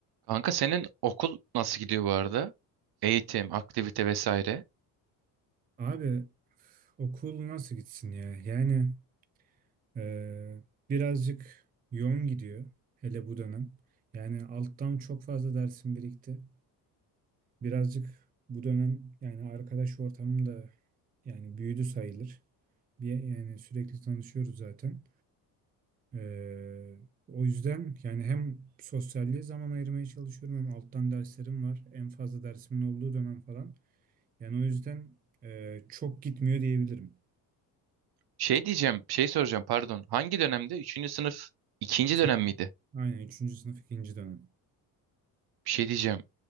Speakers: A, on the right; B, on the right.
A: Kanka senin okul nasıl gidiyor bu arada? Eğitim, aktivite vesaire.
B: Abi okul nasıl gitsin ya? Yani e, birazcık yoğun gidiyor hele bu dönem. Yani alttan çok fazla dersim birikti. Birazcık bu dönem yani arkadaş ortamım da yani büyüdü sayılır. Bir, yani sürekli tanışıyoruz zaten. E, o yüzden yani hem sosyalliğe zaman ayırmaya çalışıyorum hem alttan derslerim var. En fazla dersimin olduğu dönem falan. Yani o yüzden e, çok gitmiyor diyebilirim.
A: Şey diyeceğim, şey soracağım pardon. Hangi dönemde? Üçüncü sınıf ikinci
B: Üçüncü,
A: dönem miydi?
B: aynen üçüncü sınıf ikinci dönem.
A: Bir şey diyeceğim.